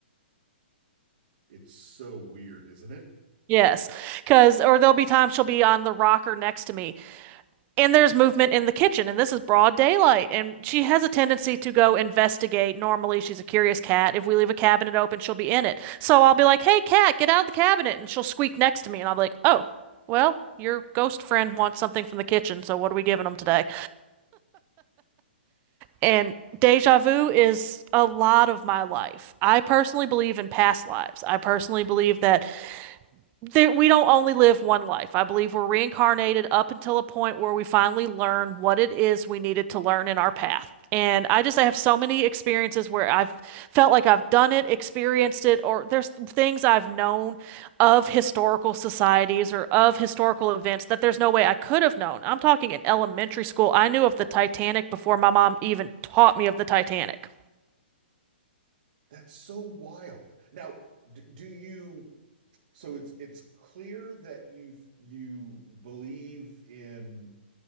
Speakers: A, on the right (about 60°); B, on the right (about 30°).
A: It's so weird, isn't it?
B: yes because or there'll be times she'll be on the rocker next to me And there's movement in the kitchen, and this is broad daylight. And she has a tendency to go investigate. Normally, she's a curious cat. If we leave a cabinet open, she'll be in it. So I'll be like, hey, cat, get out of the cabinet. And she'll squeak next to me. And I'll be like, oh, well, your ghost friend wants something from the kitchen. So what are we giving them today? And deja vu is a lot of my life. I personally believe in past lives. I personally believe that there, we don't only live one life. I believe we're reincarnated up until a point where we finally learn what it is we needed to learn in our path. And I just I have so many experiences where I've felt like I've done it, experienced it, or there's things I've known of historical societies or of historical events that there's no way I could have known. I'm talking in elementary school. I knew of the Titanic before my mom even taught me of the Titanic.
A: That's so wild. Now, d do you so it's it's clear that you you believe in